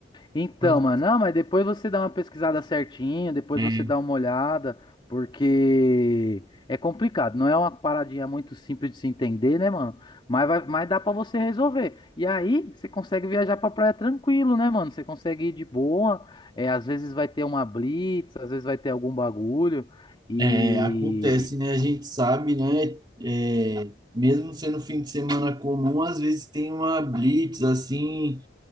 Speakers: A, on the left (about 25°); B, on the right (about 25°).
A: Então,
B: Mas,
A: mano, não, mas depois você dá uma pesquisada certinho, depois
B: é,
A: você dá uma olhada, porque é complicado, não é uma paradinha muito simples de se entender, né, mano? Mas, vai, mas dá pra você resolver. E aí, você consegue viajar pra praia tranquilo, né, mano? Você consegue ir de boa, é, às vezes vai ter uma blitz, às vezes vai ter algum bagulho, e
B: É, acontece, né? A gente sabe, né? É, mesmo sendo fim de semana comum, às vezes tem uma blitz assim,